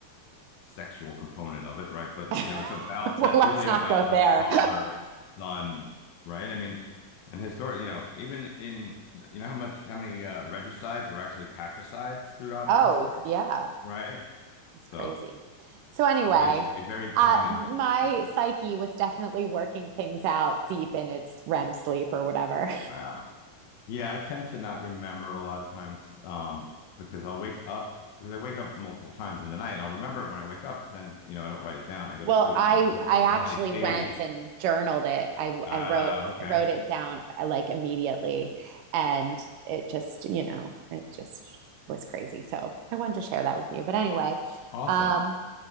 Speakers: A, on the left; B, on the right.
A: sexual component of it, right? But
B: <laughs>
A: you know, it's about
B: Well,
A: that's
B: let's
A: really
B: not
A: about
B: go
A: the
B: there.
A: father son, right? I mean, and historically, you know, even in you know how much how many uh, regicides were actually patricides throughout
B: Oh,
A: history,
B: yeah.
A: right?
B: It's
A: So
B: crazy. So anyway,
A: it is a very common
B: uh my
A: thing.
B: psyche was definitely working things out deep in its REM sleep or whatever.
A: Wow. Yeah, I tend to not remember a lot of times um, because I'll wake up because I wake up multiple times in the night. I'll remember it when I wake up, but then you know I don't write it down. I go
B: Well,
A: to sleep.
B: I I actually
A: How they fade.
B: went and journaled it. I
A: Ah,
B: I wrote
A: okay,
B: wrote it down uh, like immediately, and it just you know it just was crazy. So I wanted to share that with you. But anyway,
A: awesome.
B: um,